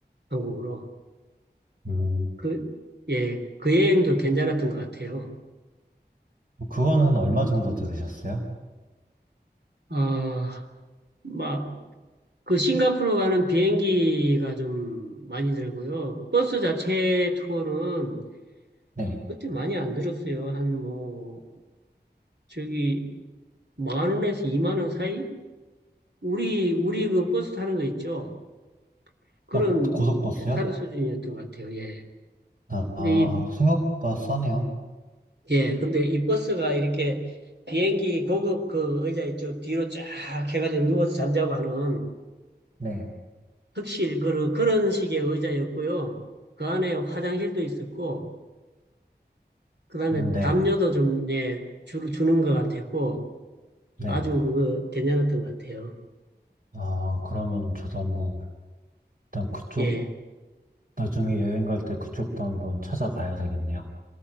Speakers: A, on the right; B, on the right.
A: 한국으로
B: 음,
A: 그 예, 그 여행도 괜찮았던 것 같아요.
B: 그건 한 얼마 정도 들으셨어요?
A: 어, 막, 그 싱가포르 가는 비행기가 좀 많이 들고요. 버스 자체 투어는
B: 네.
A: 그때 많이 안 들었어요. 한 뭐, 저기, 만 원에서 이만 원 사이? 우리, 우리 그 버스 타는 거 있죠? 그런
B: 어, 고속버스요?
A: 뭐 비슷한 수준이었던 것 같아요. 예.
B: 아, 아,
A: 근데 이,
B: 생각보다 싸네요.
A: 예. 근데 이 버스가 이렇게 비행기 고급 그 의자 있죠? 뒤로 쫙 해가지고 누워서 잠자고 하는
B: 네.
A: 턱실 그런 그런 식의 의자였고요. 그 안에 화장실도 있었고 그다음에
B: 음, 네.
A: 담요도 좀 예, 주, 주는 것 같았고
B: 네.
A: 아주 그거 괜찮았던 것 같아요.
B: 아, 그러면은 저도 한번, 일단 그쪽,
A: 예.
B: 나중에 여행 갈 때 그쪽도 한번 찾아봐야 되겠네요.